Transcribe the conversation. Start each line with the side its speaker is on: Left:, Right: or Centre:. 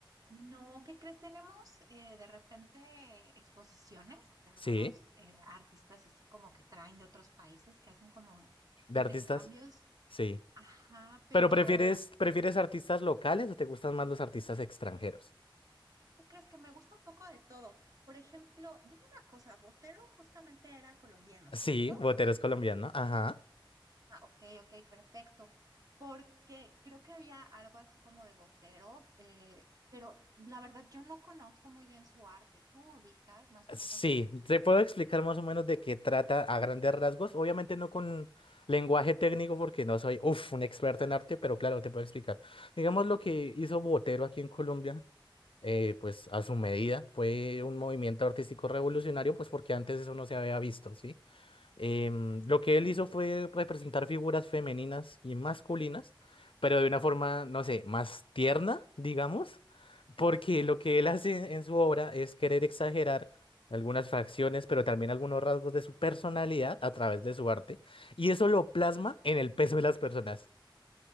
Right: No, ¿qué crees? Tenemos eh, de repente exposiciones de algunos
Left: Sí,
Right: eh, artistas así como que traen de otros países que hacen como
Left: de
Right: intercambios
Left: artistas. Sí.
Right: Ajá, pero
Left: ¿Pero prefieres, prefieres artistas locales o te gustan más los artistas extranjeros?
Right: ¿tú crees que me gusta un poco de todo? Por ejemplo, dime una cosa, Botero justamente era colombiano,
Left: Sí,
Right: ¿cierto?
Left: Botero es colombiano. Ajá.
Right: Ah, ok, ok, perfecto. Porque creo que había algo así como de Botero, eh, pero la verdad yo no conozco muy bien su arte. ¿Tú ubicas más o
Left: Sí,
Right: menos?
Left: te puedo explicar más o menos de qué trata a grandes rasgos. Obviamente no con lenguaje técnico porque no soy, uf, un experto en arte, pero claro, te puedo explicar. Digamos lo que hizo Botero aquí en Colombia, eh, pues a su medida, fue un movimiento artístico revolucionario, pues porque antes eso no se había visto, ¿sí? Em, lo que él hizo fue representar figuras femeninas y masculinas, pero de una forma, no sé, más tierna, digamos, porque lo que él hace en su obra es querer exagerar algunas facciones, pero también algunos rasgos de su personalidad a través de su arte, y eso lo plasma en el peso de las personas,